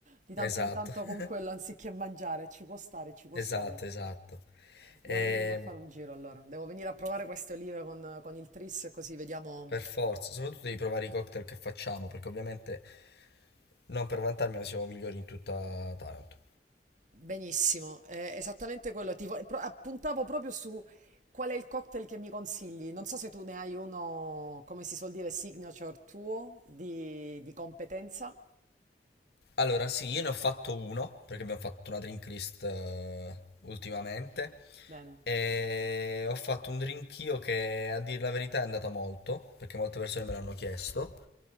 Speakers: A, on the right (about 45°); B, on the left (about 60°).
A: di tanto
B: Esatto.
A: in tanto con
B: <laughs>
A: quello anziché mangiare. Ci può stare, ci può
B: Esatto,
A: stare.
B: esatto.
A: Devo
B: E
A: venirmi a fare un giro allora. Devo venire a provare queste olive con, con il tris così vediamo,
B: per forza, soprattutto devi provare i cocktail che facciamo, perché ovviamente non per vantarmi, ma siamo migliori in tutta Taranto.
A: Benissimo, è esattamente quello. Ti vo- pro- appuntavo proprio su qual è il cocktail che mi consigli. Non so se tu ne hai uno, come si suol dire, signature tuo di, di competenza.
B: Allora, sì, io ne ho fatto uno, perché abbiamo fatto una drink list eh, ultimamente.
A: Bene.
B: E ho fatto un drink io che a dire la verità è andata molto, perché molte persone me l'hanno chiesto.